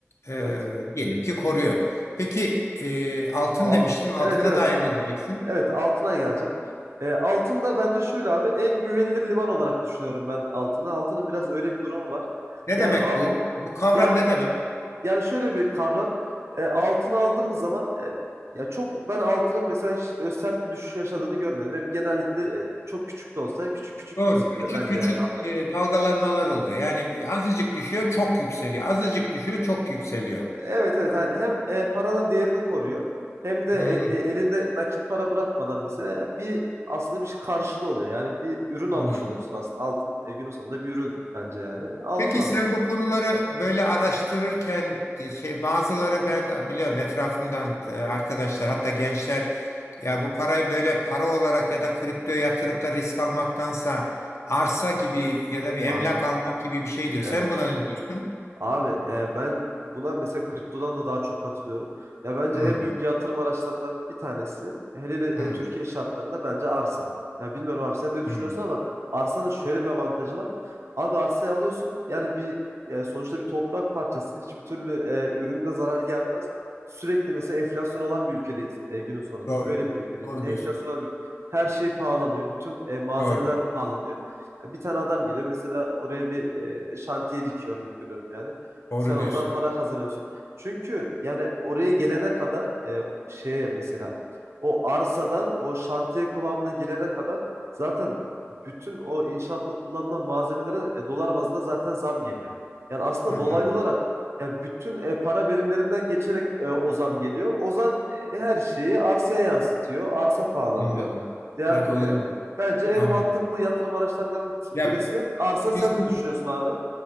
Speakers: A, on the left (about 70°); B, on the right (about 65°).
A: e,
B: Evet.
A: diyelim ki koruyor. Peki e, altın
B: Alt,
A: demiştim altına
B: evet evet
A: dair ne diyeceksin?
B: Evet Altınay'a geleceğim. E, Altın da bence şöyle abi en güvenilir liman olarak düşünüyorum ben Altın'ı. Altın'ın biraz öyle bir durumu var.
A: Ne
B: Yani
A: demek
B: a-
A: bu? Bu kavram
B: yani
A: ne demek?
B: yani şöyle bir kavram. E, altını aldığımız zaman e, ya çok ben altının mesela hiç böyle sert bir düşüş yaşadığını görmedim. Hep genellikle e, çok küçük de olsa küçük küçük
A: Doğru.
B: yükseliyor
A: Küçük
B: bence
A: küçük
B: yani altın.
A: e, dalgalanmalar oluyor. Yani bir azıcık düşüyor, çok yükseliyor. Azıcık düşüyor, çok yükseliyor.
B: Evet evet hani hem e, paranın değerini koruyor hem de
A: Hmm,
B: e, e, elinde nakit para bırakmadan mesela bir aslında bir şey karşılığı oluyor. Yani bir ürün almış
A: hmm.
B: oluyorsun aslında altın e, günün sonunda bir ürün bence yani altın
A: Peki
B: alıyorsun.
A: sen bu konuları böyle araştırırken e, şey bazıları ben biliyorum etrafımdan e, arkadaşlar hatta gençler
B: Hı.
A: ya bu parayı böyle para olarak ya da kriptoya yatırıp da risk almaktansa arsa gibi ya da bir
B: Aha
A: emlak almak gibi bir şey diyor.
B: evet.
A: Sen buna ne diyorsun?
B: Abi e, ben buna mesela kriptodan da daha çok katılıyorum. Ya bence
A: Hmm,
B: en büyük yatırım araçlarından bir tanesi hele hele
A: hmm,
B: e, Türkiye şartlarında bence arsa. Ya bilmiyorum abi sen ne düşünüyorsun
A: hmm.
B: ama arsanın şöyle bir avantajı var. Abi arsayı alıyorsun yani bir e, sonuçta bir toprak parçası hiçbir türlü e, ürününe zarar gelmez. Sürekli mesela enflasyon olan bir ülkedeyiz e, günün sonunda.
A: Doğru.
B: Öyle bir ülkedeyiz.
A: Doğru
B: Enflasyon
A: diyorsun.
B: olan bir ülke. Her şey pahalanıyor. Bütün e, malzemeler
A: Doğru.
B: pahalanıyor. Ya bir tane adam geliyor mesela oraya bir e, şantiye dikiyor örnek veriyorum yani.
A: Doğru
B: Sen oradan
A: diyorsun.
B: para kazanıyorsun. Çünkü yani oraya gelene kadar e, şeye mesela o arsadan o şantiye kıvamına gelene kadar zaten bütün o inşaatta kullanılan malzemelere e, dolar bazında zaten zam geliyor. Yani aslında
A: Hmm.
B: dolaylı olarak yani bütün e, para birimlerinden geçerek e, o zam geliyor. O zam e, her şeyi arsaya yansıtıyor. Arsa pahalanıyor.
A: Anladım.
B: Değer
A: Evet
B: koyuyor.
A: olabilir.
B: Bence en
A: Anladım.
B: mantıklı yatırım araçlarından bir-
A: Ya
B: birisi arsa. Sen
A: bizim
B: ne düşünüyorsun abi?